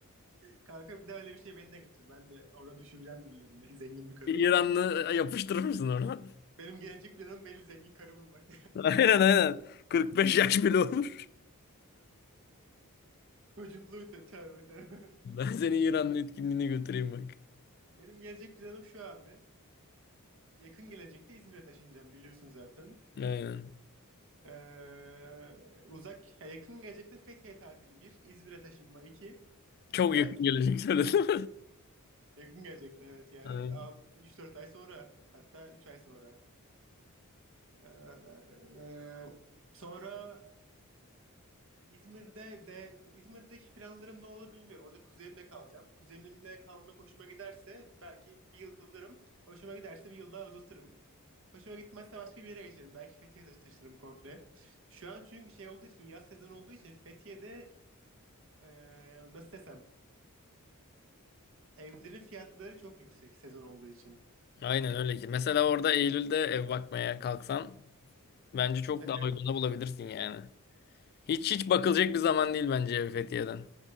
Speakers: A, on the right; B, on the left.
A: Kanka bir daha öyle bir şey beni de götür. Ben de oradan düşüreceğim birilerini. Zengin bir kadın.
B: Bir İranlı yapıştırır mısın oradan?
A: Benim gelecek planım belli zengin karı bulmak.
B: <laughs> Aynen aynen. 45 yaş bile olur.
A: <laughs> Çocukluğu tövbe tövbe.
B: Ben seni İranlı etkinliğine götüreyim bak.
A: Benim gelecek planım şu abi. yakın gelecekte İzmir'e taşınacağım biliyorsun zaten.
B: Aynen.
A: Ee, uzak, ya yakın gelecekte Fethiye tatili bir, İzmir'e taşınma iki.
B: Çok
A: Uzak
B: yakın
A: gele-
B: gelecek söyledim.
A: yakın gelecekte evet yani
B: <laughs> Aynen
A: 3-4 ay sonra hatta 3 ay sonra. Ee, sonra İzmir'de de İzmir'deki planlarım ne olur bilmiyorum. Orada kuzenimle kalacağım. Kuzenimle kalmak hoşuma giderse belki bir yıl kalırım. Hoşuma giderse bir yıl daha uzatırım. Hoşuma gitmezse başka bir yere geçerim. Belki Fethiye'ye taşı- komple. Şu an çünkü şey olduğu için yaz sezonu olduğu için Fethiye'de eee, nasıl desem evlerin fiyatları çok yüksek sezon olduğu için.
B: Aynen öyle ki. Mesela orada Eylül'de ev bakmaya kalksan bence çok
A: Eee,
B: daha uyguna bulabilirsin yani. Hiç hiç bakılacak bir zaman değil bence ev Fethiye'den.